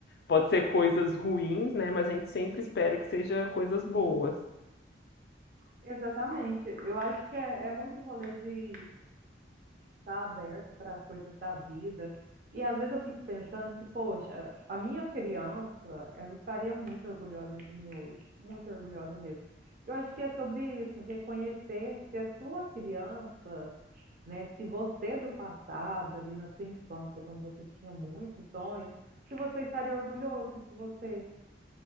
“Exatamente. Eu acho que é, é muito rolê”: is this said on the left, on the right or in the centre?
Right